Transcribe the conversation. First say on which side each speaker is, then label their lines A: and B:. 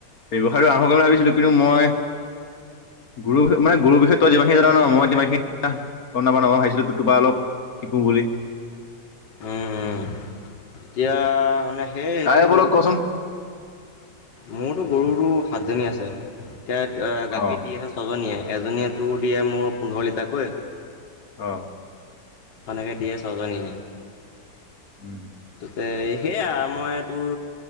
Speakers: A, on the left (about 50°); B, on the left (about 65°).
A: ব্যৱসায়টো আৰম্ভ কৰি ভাবিছিলো কিন্তু মই গুৰষ মানে গৰুৰষয়ে তই যমানিন জান ন মইতিমানখিনি গ নাপা ন মই ভাবিো তোপা অলপ শিকো বুলি
B: উম, উম। এতিয়া মানে সেই সেইটোৱে
A: তাৰে ওপৰত
B: হ'ল
A: কচোন
B: মোৰতো গৰুতো সাত জনী আছে এতিয়া গাখীৰ
A: অ',
B: দি আছে ছজনীয়ে এজনীয়ে টোৰ দিয়ে মোৰ পোন্ধৰ লিটাৰাকৈ
A: আহ
B: সেনেকে দিয়ে ছজনীয়ে
A: উম,
B: তে সেয়া মই তোৰ